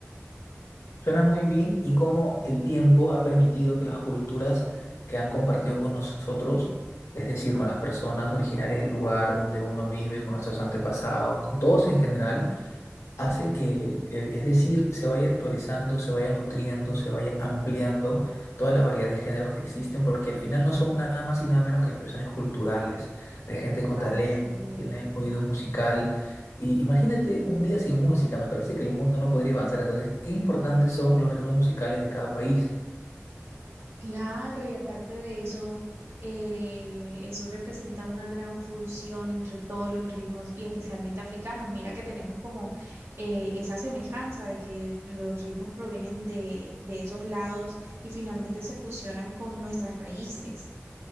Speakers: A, on the left; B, on the right.
A: Suena muy bien y cómo el tiempo ha permitido que las culturas que han compartido con nosotros, es decir, con las personas originarias del lugar donde uno vive, con nuestros antepasados, con todos en general, hace que, el- eh, es decir, se vaya actualizando, se vaya nutriendo, se vaya ampliando toda la variedad de géneros que existen, porque al final no son nada más y nada menos que expresiones culturales, de gente con
B: Así
A: talento, que tiene oído
B: es.
A: musical. Y imagínate un día sin música, me parece que el mundo no podría avanzar. Entonces, qué importantes son los ritmos musicales de cada país.
B: Claro, y aparte de eso, eh, eso representa una gran fusión entre todos los ritmos y especialmente africanos. Mira que tenemos como eh, esa semejanza de que los ritmos provienen de, de esos lados y finalmente se fusionan con nuestras raíces.